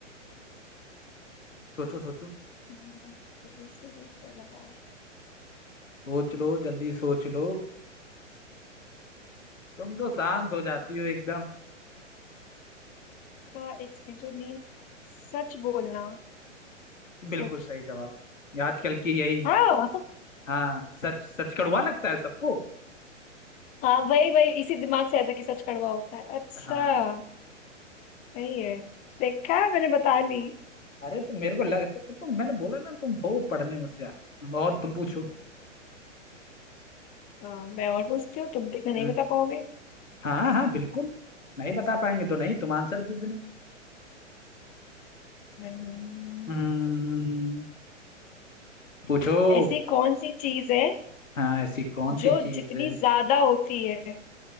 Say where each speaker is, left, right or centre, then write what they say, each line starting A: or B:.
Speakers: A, on the left; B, on the left.
A: सोचो सोचो
B: हम्म, कंकरेले से भी कड़वा
A: सोच लो जल्दी सोच लो तुम तो शांत हो जाती हो एकदम
B: इसका एक सेकंड जो नीम सच बोलना
A: बिल्कुल
B: सच
A: सही जवाब ये आजकल की यही
B: हाँ
A: हाँ सच सच कड़वा लगता है सबको
B: हाँ वही वही इसी दिमाग से आया था कि सच कड़वा होता है अच्छा
A: हाँ
B: सही है देखा मैंने बता ली
A: अरे तो मेरे को लग तो, तो मैंने बोला ना तुम हो पढ़ने में होशियार और तुम पूछो
B: हाँ मैं और पूछती हूँ तुम देखना नहीं
A: हम्म
B: बता पाओगे
A: हाँ हाँ बिल्कुल नहीं बता पाएंगे तो नहीं तुम आंसर दे देना
B: हम्म,
A: हम्म पूछो
B: ऐसी कौन सी चीज है
A: हाँ ऐसी कौन सी
B: जो
A: चीज
B: जितनी
A: है
B: ज्यादा होती है